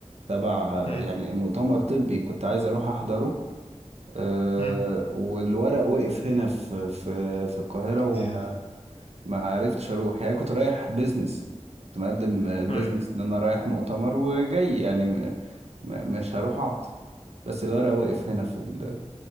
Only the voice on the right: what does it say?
تبع
يعني مؤتمر طبي كنت عايز اروح احضره أه
والورق وقف هنا في في في القاهرة وما
ما عرفتش أروح يعني كنت رايح بيزنس كنت مقدم
بيزنس إن أنا رايح مؤتمر وجاي يعني م- م- مش هروح أقعد بس الورق وقف هنا في ال-